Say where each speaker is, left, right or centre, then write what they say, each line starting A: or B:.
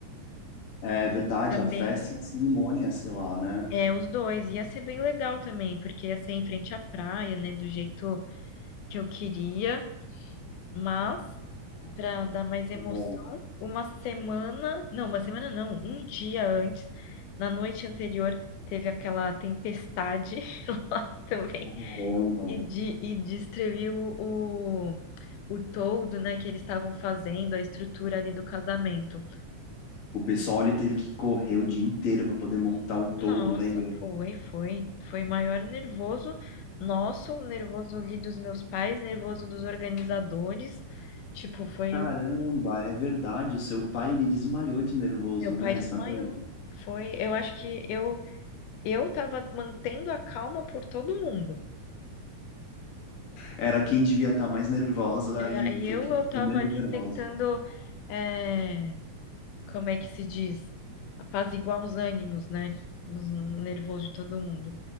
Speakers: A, on the left; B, on the left.
A: é verdade,
B: Também.
A: a festa e a cerimônia, sei lá, né?
B: É, os dois. Ia ser bem legal também, porque ia ser em frente à praia, né? Do jeito que eu queria. Mas, para dar mais emoção,
A: Agora,
B: uma semana, não, uma semana não, um dia antes, na noite anterior, teve aquela tempestade <laughs> lá também
A: Caramba.
B: e, de, e descreviu o, o o toldo, né, que eles estavam fazendo, a estrutura ali do casamento.
A: O pessoal ele teve que correr o dia inteiro para poder montar um toldo,
B: Nossa,
A: lembra?
B: foi, foi, foi maior nervoso nosso, nervoso ali dos meus pais, nervoso dos organizadores. Tipo, foi
A: Caramba, é verdade. O seu pai, ele desmaiou de nervoso,
B: Meu pai
A: né,
B: desmaiou.
A: essa noite.
B: Foi, eu acho que eu eu tava mantendo a calma por todo mundo.
A: Era quem devia estar mais nervosa
B: Era
A: e
B: eu,
A: foi quem
B: eu
A: ficou
B: tava
A: menos
B: ali
A: nervosa.
B: tentando, é, como é que se diz? Apaziguar os ânimos, né? Nos- No nervoso de todo mundo.